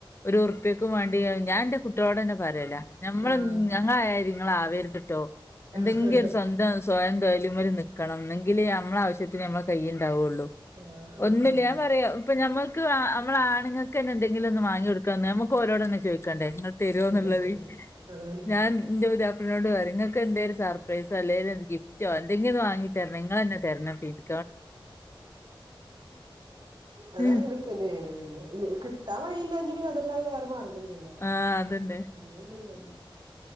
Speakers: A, on the left; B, on the right.
A: ഒരു ഉർപ്പെക്കും വാണ്ടി ഞാന്റെ കുട്ടിളോടെന്നെ പറയലാ ഞമ്മൾ
B: ആഹ്
A: ങ്ങനെ ആയാതി ഇങ്ങൾ ആവര്ത് ട്ടോ
B: ആഹ്
A: ന്തെങ്കിലും ഒരു സ്വന്തം സ്വയം തോയ്ല് മ്മൽ നിക്കണം ന്നെങ്കിലാ നമ്മളാവിശ്യത്തിൻ മ്മളെ കയ്യിൽ ണ്ടാവൊള്ളു
B: ആഹ്
A: ഒന്നുല്ലാ
B: ആഹ്
A: ഞാപ്പറയും നമമൾക്ക് മ്മൾ ആണുങ്ങൾ കെന്നെ എന്തങ്കിലും ഒന്ന് മാങ്ങി കൊടുക്കാൻ നമ്മക്ക് ഓലോടമോയ്ച്ചണ്ടെ ചോദിക്കണ്ടേ തരോന്ന്ള്ളത്
B: അതാണ് അതാണ്
A: ഞാൻന്റെ പുതിയാപ്പ് നോട് പറയുംങ്ങൾക്ക് എന്തേലും സർപ്രൈസോ അല്ലെങ്കി ഗിഫ്റ്റോ എന്തെങ്കിലും വാങ്ങി തരണങ്കി ങ്ങ ബന്നെ തരണം പിന്നെ
B: അതങ്ങനെ
A: ഉം.
B: തന്നെയാണ് കിട്ടാൻ വഴില്ലാഞ്ഞി പിന്നെ അതെല്ലാതെ വേറെ മാർകം ഇ ല്ലല്ലോ
A: ആ അതന്നെ.
B: അല്ലണ്ടല്ല